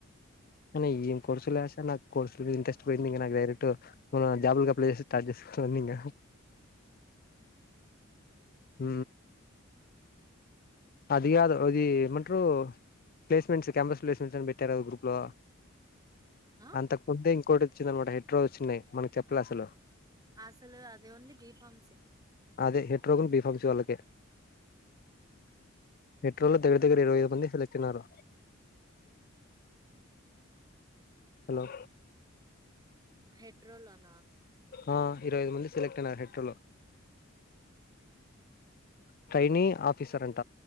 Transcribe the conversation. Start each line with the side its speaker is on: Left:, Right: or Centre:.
Left: అ ఏం కోర్సులు వస్తే నాకు కోర్సులు మిద ఇంట్రెస్ట్ పోయింది ఇంకా నాకు డైరెక్ట్ జాబ్ ల అప్లై చేే రాజస్ సన్నీంగ
Right: ఉ
Left: హ అది కాదు అది ఏమంటారు ప్లేస్మెంట్స్ క్యాంపస్
Right: ఉమ్.
Left: ప్లేస్మెంట్స్ అని పెట్టారు గ్రూప్ లో
Right: ఆ
Left: అంతకు ముందే ఇంకోటి వచ్చింద అనమాట హెట్రో వచ్చినాయి మనకు చెప్పలే అసలు
Right: అసలు అదే ఓన్లీ గి ఫామ్స్క్
Left: అదే హెట్రోగున్ బిఫంస్ వాళ్ళకే హెట్రో లో దగ ఇరవైఐదు మంది సెలెక్ట్ ఐనారు హలో
Right: హెట్రోలోనా
Left: ఆ ఇరవై ఐదు మంది సెలెక్ట్ అయినారు హెట్రోలో ట్రైైనే ఆఫీసర్ అంట